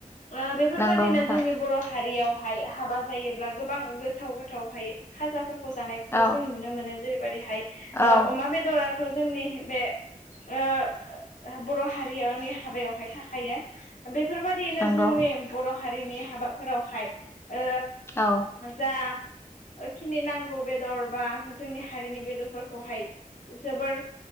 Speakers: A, on the left; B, on the left.
A: ओ बेफोरबायदिनो
B: नंगौ नोंथां
A: जोंनि बर' हारियावहाय हाबा जायोब्ला गोबां गोथाव गोथावहाय खाजाफोरखौ जानायखौ
B: औ
A: जों नुनो मोनो जेरैबायदिहाय
B: औ
A: अमा बेदराथ' जोंनि बे ओ बर' हारिनि हाबायावहाय थाखायो बे बेफोरबायदिनो
B: नंगौ
A: जोंनि बर' हारिनि हाबाफोरावहाय ओ
B: औ
A: जाखिनि नांगौ बेदर बा जोंनि हारिनि बेदरफोरखौहाय जोबोर